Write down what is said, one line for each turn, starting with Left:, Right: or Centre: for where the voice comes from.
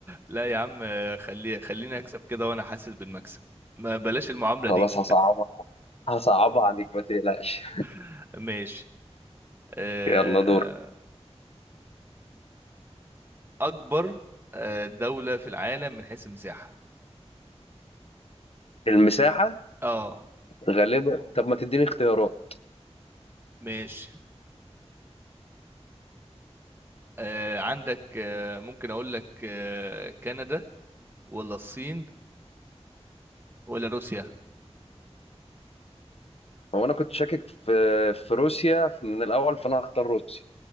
Right: لا يا عم خلي خليني اكسب كده وانا حاسس بالمكسب ما بلاش المعاملة
Left: خلاص
Right: دي
Left: هصعبها هصعبها عليك ما تقلقش
Right: <laughs> ماشي آه،
Left: <laughs> يلا دور
Right: اكبر آه، دولة في العالم من حيث المساحة
Left: المساحة
Right: اه
Left: غالبا طب ما تديني اختيارات
Right: ماشي آه، عندك آه، ممكن اقول لك آه، كندا ولا الصين ولا روسيا
Left: هو انا كنت شاكك في في روسيا من الاول فانا هختار روسيا